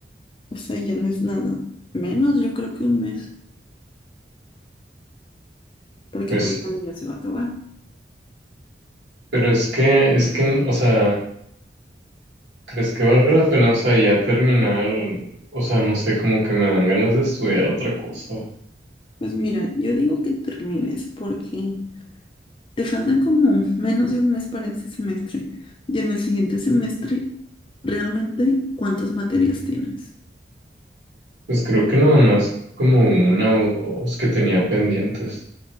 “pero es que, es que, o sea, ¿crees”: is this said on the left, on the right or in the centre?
Right